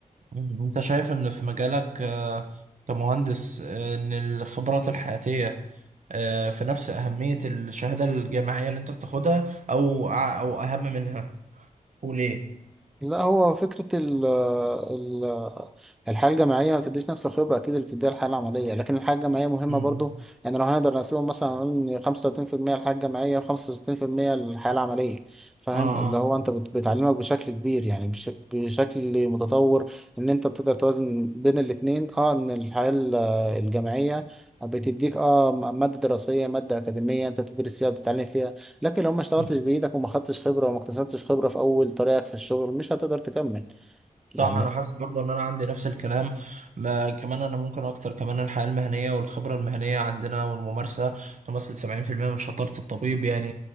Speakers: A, on the right; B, in the centre.
A: انت شايف ان في مجالك آه، كمهندس آه، ان الخبرات الحياتية آه، في نفس أهمية الشهادة الجامعية اللي انت بتاخدها او او اهم منها وليه
B: لا هو فكرة ال ال الحياة الجامعية ما بتديش نفس الخبرة أكيد اللي بتديها الحياة العملية لكن الحياة الجامعية مهمة
A: امم
B: برضو يعني لو هنقدر نقسمهم مثلا نقول إن 35% الحياة الجامعية و65% الحياة العملية فاهم
A: اه
B: اللي
A: آه.
B: هو أنت بت- بتعلمك بشكل كبير يعني بش بشكل متطور إن أنت بتقدر توازن بين الاتنين أه إن الحياة ال- الجامعية بتديك أه م- مادة دراسية مادة أكاديمية أنت تدرس فيها وتتعلم فيها لكن لو ما اشتغلتش
A: مم.
B: بايدك وما خدتش خبره وما اكتسبتش خبره في اول طريقك في الشغل مش هتقدر تكمل
A: صح
B: يعني
A: انا حاسس برضو ان انا عندي نفس الكلام ما كمان انا ممكن اكتر كمان الحياه المهنيه والخبره المهنيه عندنا والممارسه تمثل 70% من شطاره الطبيب يعني